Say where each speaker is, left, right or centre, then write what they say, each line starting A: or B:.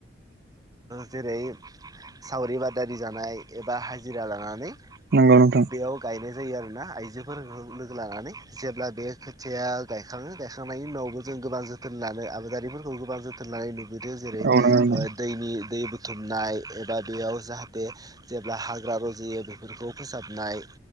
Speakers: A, on the right; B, on the right.
A: जेरै सावरि बादारि जानाय एबा हाजिरा लानानै
B: नंगौ नोंथां नंगौ नोंथां
A: बेयाव गायनाय जायो आरोना आइजोफोरफोरखौ लोगो लानानै जेब्ला बे खोथिया गायखाङो गायखांनायनि उनावबो जों गोबां जोथोन लानो आबादारिफोरखौ गोबां जोथोन सनानै नुबोदों जेरै
B: औ नंगौ नोंथां औ नंगौ नोंथां
A: दैनि दै बुथुमनाय एबा बेयाव जाहाथे जेब्ला हाग्रा रज'यो बेफोरखौ फोसाबनाय